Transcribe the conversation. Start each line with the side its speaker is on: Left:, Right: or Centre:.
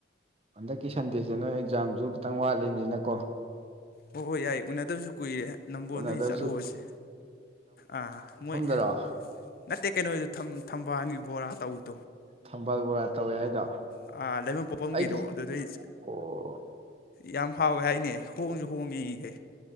Right: ꯍꯟꯗꯛꯀꯤ ꯁꯟꯗꯦꯁꯦ ꯅꯣꯏ ꯑꯦꯛꯖꯥꯝꯁꯨ ꯈꯤꯇꯪ ꯋꯥꯠꯂꯤꯕꯅꯤꯅꯀꯣ
Left: ꯑꯣ ꯍꯣꯏ ꯌꯥꯏ ꯎꯅꯗꯕꯁꯨ ꯀꯨꯏꯔꯦ ꯅꯝꯕꯣꯟꯗꯩ
Right: ꯀꯣꯟꯅꯗꯕꯁꯨ
Left: ꯆꯠꯂꯨꯔꯁꯦ ꯑꯥ ꯃꯣꯏ
Right: ꯭ꯔ
Left: ꯅꯠꯇꯦ ꯀꯩꯅꯣꯗ ꯊꯝꯕꯥꯟꯒꯤ ꯕꯣꯔꯥ ꯇꯧꯗꯦ
Right: ꯊꯝꯕꯥꯜ ꯕꯣꯔꯥ ꯇꯧꯋꯦ ꯍꯥꯏꯗꯣ
Left: ꯑꯥ ꯂꯩꯃ ꯄꯣꯛꯐꯝꯒꯤꯗꯣ
Right: ꯑꯩꯗꯤ
Left: ꯑꯗꯨꯗꯩ
Right: ꯑꯣ
Left: ꯌꯥꯝ ꯍꯥꯎꯋꯦ ꯍꯥꯏꯅꯦ ꯍꯣꯡꯁꯨ ꯍꯣꯡꯉꯤꯅꯦ꯫